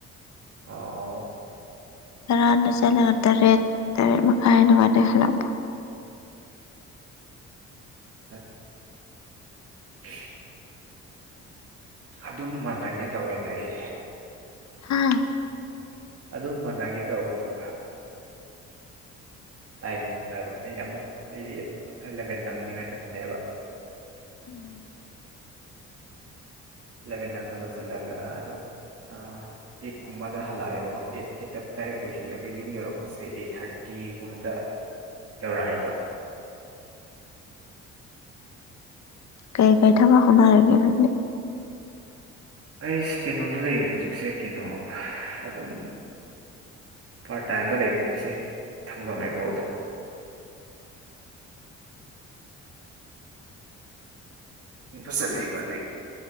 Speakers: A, on the right (about 50°); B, on the left (about 65°).
A: ꯑꯣ
B: ꯇꯔꯥꯗ ꯆꯠꯂꯒ ꯇꯔꯦꯠ ꯇꯔꯦꯠ ꯃꯈꯥꯏ ꯑꯗꯨꯃꯥꯏꯅꯥ ꯍꯜꯂꯛꯄ
A: ꯑꯠꯆ ꯎ <unintelligible> ꯑꯗꯨꯝ ꯃꯥꯟꯅꯒꯦ ꯇꯧꯋꯦꯗ ꯑꯩ
B: ꯍꯥꯥ
A: ꯑꯗꯨꯝ ꯃꯥꯅꯒꯦ ꯇꯧꯋꯦꯕ ꯇꯥꯏꯃꯤꯡ ꯍꯥꯏꯕ ꯑꯩꯅ ꯑꯃꯨꯛ ꯑꯩꯗꯤ ꯑꯦꯂꯚꯦꯟ ꯅꯪꯅꯤꯡꯉꯥꯏ ꯆꯠꯄꯅꯦꯕ
B: ꯑꯣ
A: ꯑꯦꯂꯚꯦꯟ ꯅꯪꯅꯕ ꯆꯠꯂꯒ ꯑꯗꯨꯝ ꯑꯥ ꯑꯩꯠ ꯀꯨꯝꯕꯗ ꯍꯜꯂꯛꯑꯦꯕꯀꯣ ꯑꯩꯠ ꯑꯩꯠꯇ ꯗꯥꯏꯔꯦꯛ ꯂꯣꯏꯁꯤꯜꯂꯒ ꯌꯨꯝ ꯌꯧꯔꯛꯄꯁꯦ ꯑꯩꯠ ꯊꯥꯔꯇꯤꯒꯨꯝꯕꯗ ꯌꯧꯔꯛꯑꯦꯕ
B: ꯀꯩ ꯀꯩ ꯊꯕꯛ ꯍꯣꯠꯅꯔꯤꯒꯦ ꯅꯪꯗꯤ
A: ꯑꯩꯁꯦ ꯀꯩꯅꯣꯗ ꯂꯩꯕꯅꯦ ꯍꯧꯖꯤꯛꯁꯦ ꯀꯩꯅꯣ ꯑꯗꯨꯝ ꯄꯥꯔ ꯇꯥꯏꯝꯗ ꯂꯩꯕꯅꯤꯁꯦ ꯊꯥꯡꯖꯝ ꯑꯦꯒ꯭ꯔꯣꯗꯔ ꯆꯠꯂꯤꯕꯣ ꯑꯗꯨꯗꯤ <unintelligible>